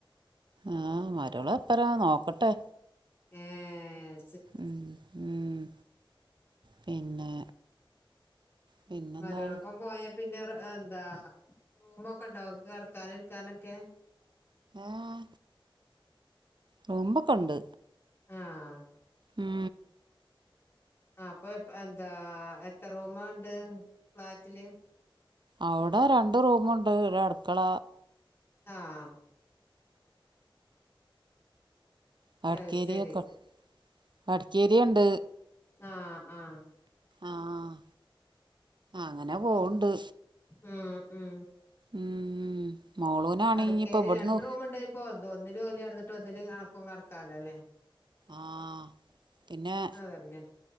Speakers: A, on the right; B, on the left.
A: ആഹ് മരിയോളപര നോക്കട്ടെ
B: ഏഹ് ഏഹ്
A: ഉം ഉം പിന്നെ പിന്നെന്താ
B: മരിയോളപ്പം പോയ പിന്നെ എന്താ റൂമൊക്കെണ്ടാവു കെടക്കാനും ഇരിക്കാനൊക്കെ
A: ഏഹ് റൂമൊക്കെണ്ട്
B: ആഹ്
A: ഉം
B: ആ ഇപ്പൊ എന്താ എത്ര റൂമ ഉണ്ട് ഫ്ളാറ്റില്
A: അവിടെ രണ്ട് റൂമുണ്ട് ഒരടുക്കള
B: ആഹ്
A: വർക്കേറിക്കോണ്ട്
B: അത് ശരി
A: വർക്കേരിയാണ്ട്
B: ആഹ് ആഹ്
A: ആഹ് അങ്ങനെ പോണ്ട്
B: ഉം ഉം
A: ഉം മോളൂനാണെങ്കി
B: വർക്കെരിയ
A: ഇനിയിപ്പോ ഇവിടുന്ന്
B: രണ്ട് റൂമ്ണ്ടെങ്കി പോ ഒന്നില് ഓല് കെടന്നിട്ട് ഒന്നില് അനക്കും കെടക്കാലോ അല്ലേ
A: ആഹ് പിന്നെ
B: അതന്നെ